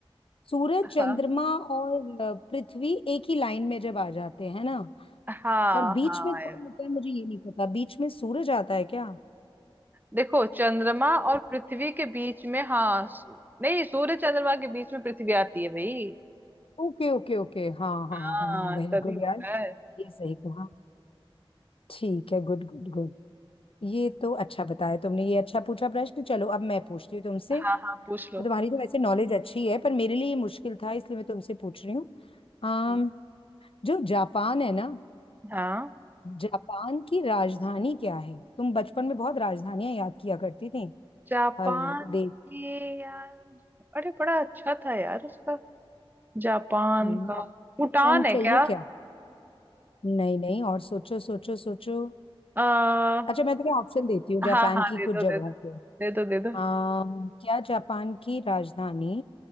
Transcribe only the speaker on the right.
हाँ
हाँ
हाँ
यार
देखो चंद्रमा और पृथ्वी के बीच में हाँ सू- नहीं सूर्य चंद्रमा के बीच में पृथ्वी आती है भाई
हाँ
तभी
होता
है
हाँ हाँ पूछ लो
हम्म।
हाँ
जापान
के यार अरे बड़ा अच्छा था यार उसका जापान
का
भूटान है
क्या
आ, हाँ
हाँ
दे
दो
दे दो
दे दो दे दो